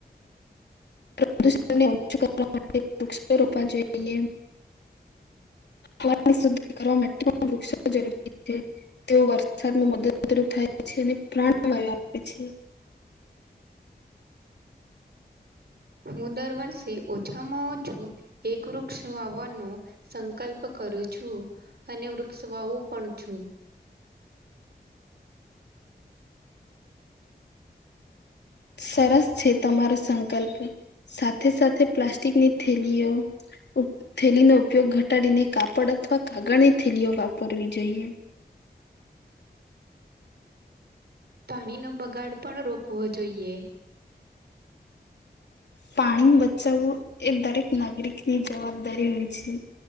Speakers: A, on the left; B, on the right.
A: પ્રદૂષણને ઓછું કરવા માટે વૃક્ષો રોપવા જોઈએ. હવા ને શુદ્ધ કરવા વૃક્ષો જરૂરી છે. તેઓ વરસાદમાં મદદરૂપ થાય છે અને પ્રાણ વાયુ આપે છે.
B: હું દર વર્ષે ઓછામાં ઓછું એક વૃક્ષ વાવવાનું સંકલ્પ કરું છું. અને વૃક્ષ વાવું પણ છું.
A: સરસ છે તમારો સંકલ્પ સાથે સાથે પ્લાસ્ટિકની થેલીઓ થેલીનો ઉપયોગ ઘટાડીને કાપડ અથવા કાગળની થેલીઓ વાપરવી જોઈએ.
B: પાણીનો બગાડ પણ રોકવો જોઈએ.
A: પાણી બચાવવું એ દરેક નાગરિકની જવાબદારી હોય છે.